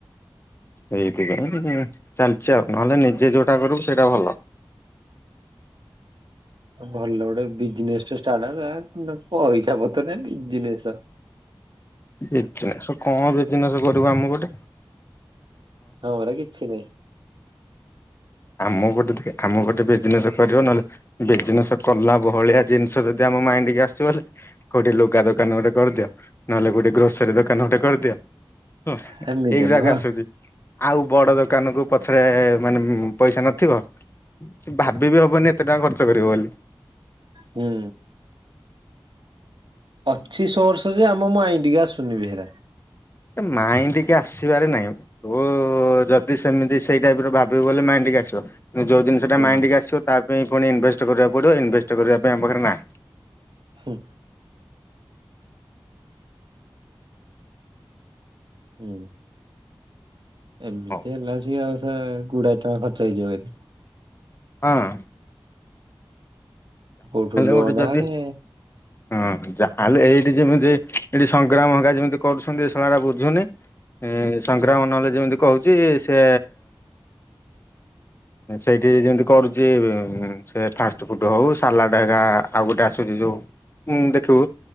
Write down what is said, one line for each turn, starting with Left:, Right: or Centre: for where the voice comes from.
Left: ସେଇଠିକାର ନା ନି ଚାଲିଛି ଆଉ ନହେଲେ ନିଜେ ଯୋଉଟା କରିବୁ ସେଇଟା ଭଲ।
Right: ଭଲ ଗୋଟେ ବିଜେନ୍ସ୍ ଟେ ଷ୍ଟାଟ୍ ହେଲା ମାନେ ପଇସା ପତର ନାହିଁ ବିଜିନେସ।
Left: ବେକାର୍ ସେ କଣ ବେ ବିଜିନେସ କରିବୁ ଆମେ ଗୋଟେ।
Right: ହଁ ପରା କିଛି ନାହିଁ।
Left: ଆମ ଗୋଟେ ଟିକେ ଆମ ଗୋଟେ ବିଜନେସ କରିବ ନହେଲେ ବିଜନେସ କଲା ଭଳିଆ ଜିନିଷ ଯଦି ଆମ ମାଇଣ୍ଡ୍ କୁ ଆସିବ ବଲେ କୋଉଠି ଲୁଗା ଦୋକାନ ଗୋଟେ କରିଦିଅ ନହେଲେ ଗୋଟେ ଗ୍ରୋସରୀ ଦୋକାନ ଗୋଟେ କରିଦିଅ। ହଁ
Right: ସେମିତି
Left: ଏଇଗୁରାକ
Right: ନୁହଁ
Left: ଆସୁଛି। ଆଉ ବଡ ଦୋକାନ କୁ ପଛରେ ମାନେ ପଇସା ନଥିବ ଭାବିବି ହବନି ଏତେ ଟଙ୍କା ଖର୍ଚ୍ଚ କରିବ ବୋଲି।
Right: ହୁଁ। ଅଛି ସୋର୍ସ ଯେ ଆମ ମାଇଣ୍ଡିକୁ ଆ ଶୁନି ବେହେରା।
Left: ମାଇଣ୍ଡ କି ଆସିବାରେ ନାହିଁ ତୁ ଯଦି ସେମିତି ସେଇ ଟାଇପ୍ ର ଭାବିବୁ ହେଲେ ମାଇଣ୍ଡକି ଆସିବ। ଯୋଉ ଜିନିଷଟା
Right: ହଁ
Left: ମାଇଣ୍ଡ କି ଆସିବ ତା ପୁଣି ଇନଭେଷ୍ଟ୍ କରିବାକୁ ପଡିବ ଇନଭେଷ୍ଟ୍ କରିବା ପାଇଁ ଆମ ପାଖରେ ନାହିଁ।
Right: ହୁଁ। ହୁଁ। ଏମିତି
Left: ହଁ
Right: ହେଲେ ଆଉ ସିଏ ଆଉ ସେ ଗୁଡାଏ ଟଙ୍କା ଖର୍ଚ୍ଚ ହେଇଯିବ ଏଠି।
Left: ହଁ।
Right: କୋଉଠୁ ଲୋନ୍
Left: ଗୋଟେ ଯଦି
Right: ଆଣେ
Left: ହଁ ଯାହାହେଲେ ଏଇଠି ଯେମିତି ଏଠି ସଂଗ୍ରାମ ହେକା ଯେମିତି କରୁଛନ୍ତି ଶଳାଟା ବୁଝୁନି ସଂଗ୍ରାମ ନହେଲେ ଯେମିତି କହୁଛି ସେ ସେଇଠି ଯେମିତି କରୁଛି ଏବେ ସେ ଫାଷ୍ଟ୍ ଫୁଡ୍ ହଉ ସାଲା ଢାଗା ଆଉ ଗୋଟେ ଆସୁଛି ଯୋଉ ଦେଖିବୁ